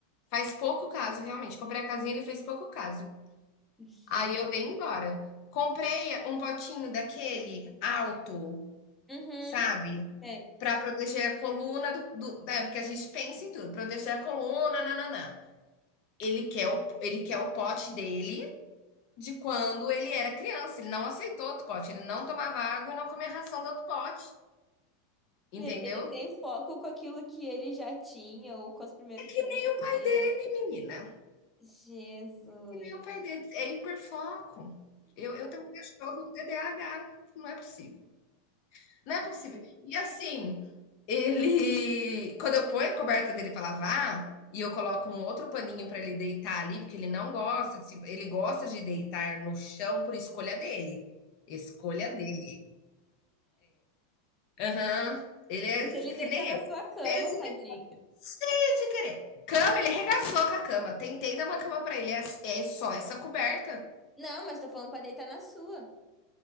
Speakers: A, on the left; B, in the centre.
A: Faz pouco caso, realmente. Comprei a casinha, ele fez pouco caso.
B: Gente.
A: Aí eu dei embora. Comprei um potinho daquele alto,
B: Uhum.
A: sabe?
B: É.
A: Para proteger a coluna do, do né? Porque a gente pensa em tudo, proteger a coluna, nananã. Ele quer o, ele quer o pote dele de quando ele era criança. Ele não aceitou outro pote, ele não tomava água e não comia ração do outro pote, entendeu?
B: Gente, Ele tem foco com aquilo que ele já tinha ou com as primeiras coisas
A: E nem o pai
B: dele.
A: dele, menina.
B: Jesus.
A: E nem o pai dele. É hiperfoco. Eu, eu tenho um cachorro TDAH. Não é possível. Não é possível. E assim, ele. Quando eu ponho a coberta dele para lavar. E eu coloco um outro paninho para ele deitar ali, porque ele não gosta. de Ele gosta de deitar no chão por escolha dele. Escolha dele. Aham. Ele é
B: Mas se
A: que
B: ele deitar
A: nem
B: na
A: eu.
B: sua cama,
A: Cheio de,
B: tadinho.
A: cheio de querer. Cama, ele regaçou com a cama. Tentei dar uma cama pra ele. É, é só essa coberta.
B: Não, mas tô falando pra deitar na sua.